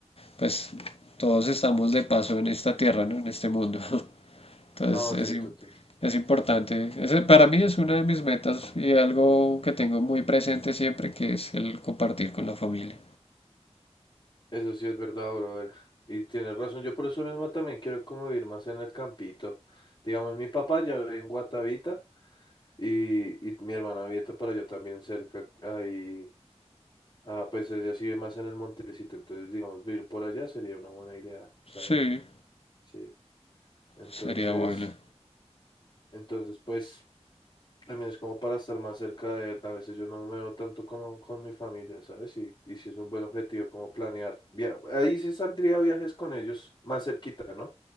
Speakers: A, on the left; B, on the left.
A: pues todos estamos de paso en esta tierra, ¿no? En este mundo. <laughs> Entonces
B: No,
A: es,
B: sí,
A: im-
B: total.
A: es importante. Ese para mí es una de mis metas y algo que tengo muy presente siempre, que es el compartir con la familia.
B: Eso sí es verdad, brother. Y tienes razón, yo por eso mismo también quiero como vivir más en el campito. Digamos, mi papá ya vive en Guatavita y, y mi hermana vive para allá también cerca. Ahí, ah, pues ella sí vive más en el montecito, entonces digamos, vivir por allá sería una buena idea, ¿sabes?
A: Sí,
B: Sí. Entonces,
A: sería bueno.
B: entonces pues también es como para estar más cerca de él. A veces yo no me veo tanto como con mi familia, ¿sabes? Y, y sí es un buen objetivo como planear. via- Ahí sí saldría viajes con ellos más cerquita, ¿no?